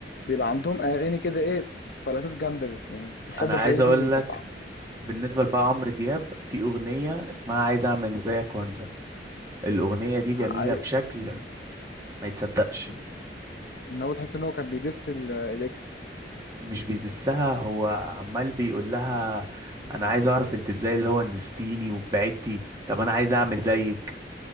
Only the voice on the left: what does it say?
بيبقى عندهم اغاني كده ايه فلاتات جامده يعني الحب
الحقيقي
دي
كانت
ع-
ان هو تحس ان هو كان بيدس ال- الاكس